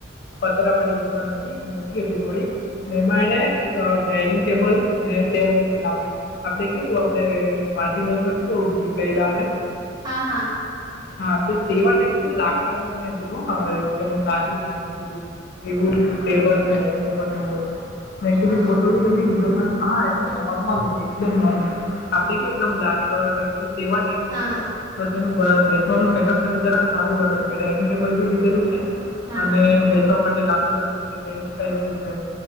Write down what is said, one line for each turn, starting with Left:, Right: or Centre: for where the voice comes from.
Left: પતરા વાળી દુકાનથી મોતી હતી થોડીક ને એમાં એને ડાઇનિંગ ટેબલ ને ચેર મૂકેલ આપડી આપડે કેવું આપડે મા્ટનોઝમાં કેવું પહેલા આપડે
Right: હા હા
Left: હા તો તેવાનેું લાકડાનું ને તુ દુ કદમ નાજુક નાજુક બધું એવું ટેબલને ડઇનિંગ ટેબલને એવું હતું મેં એકચુલી
Right: હા
Left: ફોટો વિડીયો ન લીધો પણ હા એ નોર્મલ હતી એકદમ નોર્મલ આપડે કયું એકદમ લારી વાળા ટાઈપ છે તેવા નહી
Right: હા હા
Left: એ બેસવાનું સેટઅપ જરાક સારું બના્યું ડઇનિંગ ટેબલ બી લીધેલું છે
Right: હા
Left: અને
Right: હા
Left: બેસવા માટે લાંબી લાંબી પે બેન્ચ ટાઈપી છે